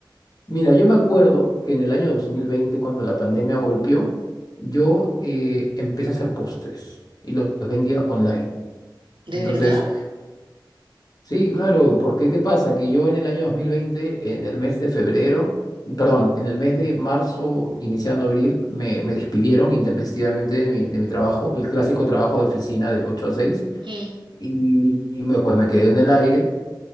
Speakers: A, on the left; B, on the right.
A: Mira, yo me acuerdo que en el año 2020, cuando la pandemia golpeó, yo eh, empecé a hacer postres y los vendía online.
B: ¿De
A: Entonces,
B: verdad?
A: sí, claro, porque ¿qué pasa? Que yo en el año 2020, en el mes de febrero, perdón, en el mes de marzo, iniciando abril, me, me despidieron intempestivamente de mi, de mi trabajo, el clásico trabajo de oficina de 8 a 6,
B: Mm,
A: y, y me, pues me quedé en el aire.